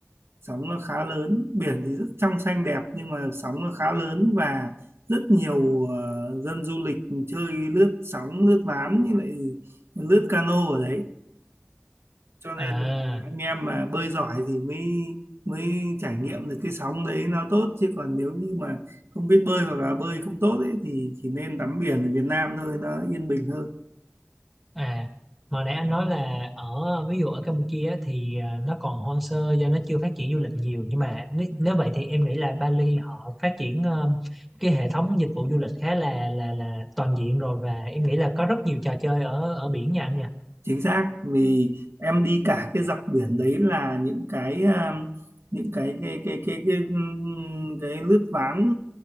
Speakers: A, on the right; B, in the centre.
A: sóng nó khá lớn biển thì rất trong xanh đẹp nhưng mà sóng nó khá lớn và rất nhiều ờ, dân du lịch chơi lướt sóng lướt ván như lại lướt cano ở đấy cho nên
B: à
A: là anh em mà bơi giỏi thì mới mới trải nghiệm được cái sóng đấy nó tốt chứ còn nếu như mà không biết bơi hoặc là bơi không tốt ấy, thì chỉ nên tắm biển ở Việt Nam thôi nó yên bình hơn
B: À, mà nãy anh nói là ở ví dụ ở Campuchia á, thì à, nó còn hoang sơ do nó chưa phát triển du lịch nhiều nhưng mà nếu, nếu vậy thì em nghĩ là Bali họ phát triển ờ, cái hệ thống dịch vụ du lịch khá là là là toàn diện rồi và em nghĩ là có rất nhiều trò chơi ở ở biển nha anh nha.
A: chính xác vì em đi cả cái dọc biển đấy là những cái um, những cái cái cái cái cái ừm, cái lướt ván